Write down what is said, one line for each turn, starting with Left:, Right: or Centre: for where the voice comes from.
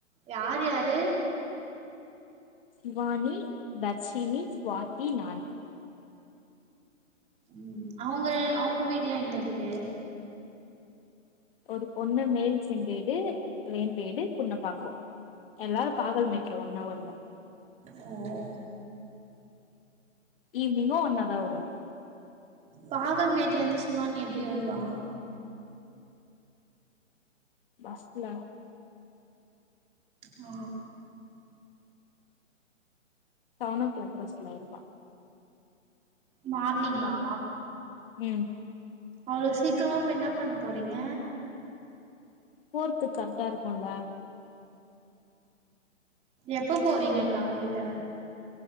Right: யார் யாரு
Left: ஷிவானி, தர்ஷினி, சுவாதி நானு
Right: ம் அவுங்க அவுங்க வீட்லா எங்க இருக்கு
Left: ஒரு பொண்ணு மேல் செம்பேடு வேம்பேடு புன்னப்பாக்கோ எல்லாரு பாகல்மேட்ல ஒன்ன வருவே.
Right: ஓ
Left: ஈவ்னிங்கு ஒன்னாதா வருவோ.
Right: பாகல்மேட்லருந்து சிவானி எப்டி வருவா
Left: பஸ்ல
Right: அ
Left: செவன் ஓ க்ளாக் பஸ்ல வருவா
Right: மார்னிங்கா
Left: ம்
Right: அவ்ளோ சீக்கிரமா போய் என்ன பண்ண போறீங்க
Left: போற்துக்கு கரெக்டா இருக்கும்ல
Right: எப்ப போவீங்க காலையில